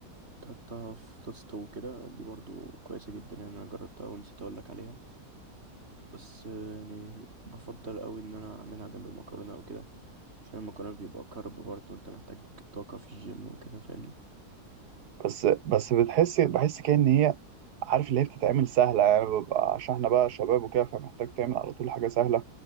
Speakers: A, on the right (about 40°); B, on the right (about 85°).
A: تحطها في توست وكده دي برضه كويسة جدا يعني أنا جربتها ونسيت أقولك عليها بس يعني بفضل أوي إن أنا أعملها جنب المكرونة أو كده عشان المكرونة بيبقى كارب برضه انت محتاج طاقة في الجيم وكده فاهمني
B: بس بس بتحس بحس كده إن هي عارف اللي هي بتتعمل سهلة يعني ببقى عشان احنا بقى شباب وكده فمحتاج تعمل على طول حاجة سهلة